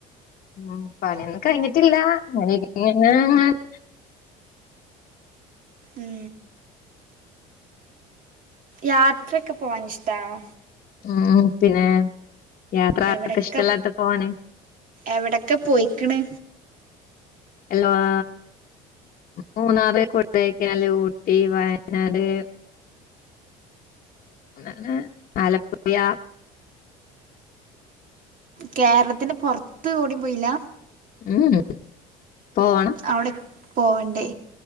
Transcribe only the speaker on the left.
ഉം പണിയൊന്നും കഴിഞ്ഞിട്ടില്ല. അങ്ങനെ ഇരി <unintelligible>
ഉ പിന്നെ യാത്ര
ആർക്ക ഇഷ്ടല്ലാത്ത പോവാന്.
എല്ലുവാ മൂന്നാറ് കൊടെകനാല് ഊട്ടി വയനാട് അങ്ങനെ ആലപ്പുഴ.
ഉഉം പോവാ